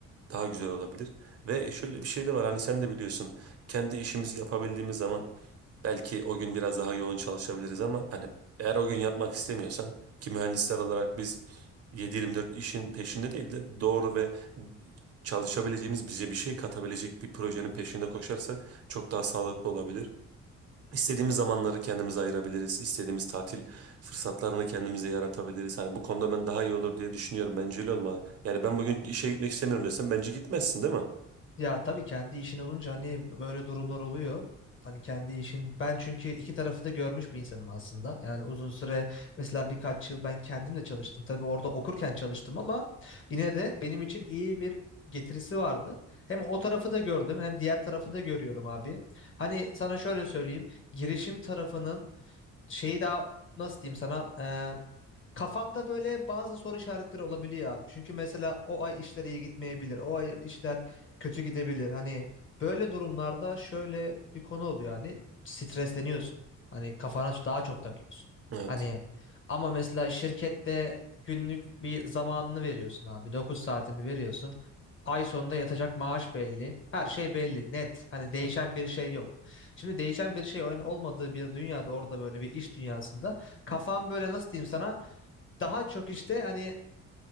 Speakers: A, on the right (about 55°); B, on the left (about 40°).
A: daha güzel olabilir. Ve şöyle bir şey de var hani sen de biliyorsun kendi işimizi yapabildiğimiz zaman Belki o gün biraz daha yoğun çalışabiliriz ama hani eğer o gün yapmak istemiyorsan ki mühendisler olarak biz 7-24 işin peşinde değil de doğru ve çalışabileceğimiz bize bir şey katabilecek bir projenin peşinde koşarsak çok daha sağlıklı olabilir. İstediğimiz zamanları kendimize ayırabiliriz. İstediğimiz tatil fırsatlarını kendimize yaratabiliriz. Hani bu konuda ben daha iyi olur diye düşünüyorum. Bence öyle olmalı. Yani ben bugün işe gitmek istemiyorum desem bence gitmezsin değil mi?
B: Ya tabii kendi işin olunca hani böyle durumlar oluyor. Hani kendi işin ben çünkü iki tarafı da görmüş bir insanım aslında. Yani uzun süre mesela birkaç yıl ben kendim de çalıştım. Tabii orada okurken çalıştım ama yine de benim için iyi bir getirisi vardı. Hem o tarafı da gördüm hem diğer tarafı da görüyorum abi. Hani sana şöyle söyleyeyim. Girişim tarafının şeyi daha nasıl diyeyim sana? Kafanda böyle bazı soru işaretleri olabiliyor abi. Çünkü mesela o ay işler iyi gitmeyebilir. O ay işler kötü gidebilir. Hani böyle durumlarda şöyle bir konu oluyor yani stresleniyorsun. Hani kafana daha çok takıyorsun. Hani
A: Evet.
B: ama mesela şirkette günlük bir zamanını veriyorsun abi. dokuz saatini veriyorsun. Ay sonunda yatacak maaş belli. Her şey belli, net. Hani değişen bir şey yok. Şimdi değişen bir şey olmadığı bir dünyada orada böyle bir iş dünyasında kafan böyle nasıl diyeyim sana daha çok işte hani